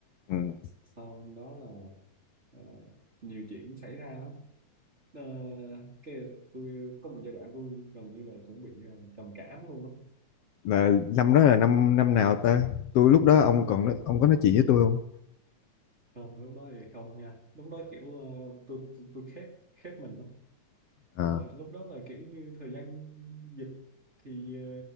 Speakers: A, on the left; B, on the right.
A: Ừ.
B: xong đó là ờ, nhiều chuyện xảy ra lắm Ờ, cái tôi có một giai đoạn tôi gần như là cũng bị ờ, trầm cảm luôn á
A: là năm đó là năm năm nào ta tôi lúc đó ông còn nói- ông có nói chuyện với tôi không
B: không lúc đó thì không nha lúc đó kiểu ờ, tôi tôi, tôi khép khép mình lắm
A: à
B: xong rồi lúc đó là kiểu như thời gian dịch thì ờ,